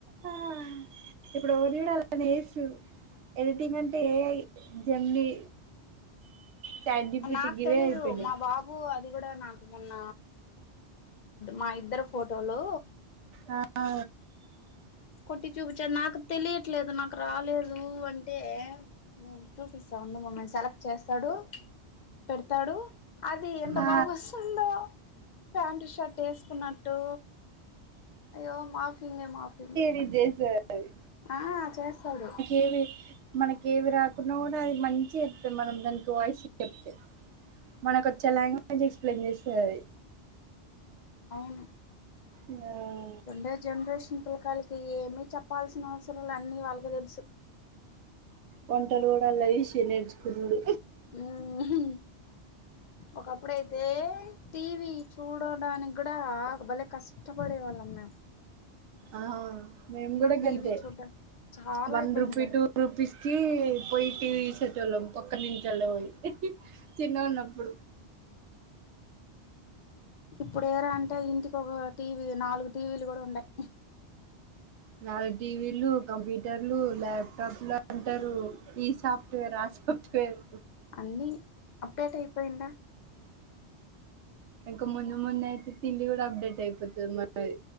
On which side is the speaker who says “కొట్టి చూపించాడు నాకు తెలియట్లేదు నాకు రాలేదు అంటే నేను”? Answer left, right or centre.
Left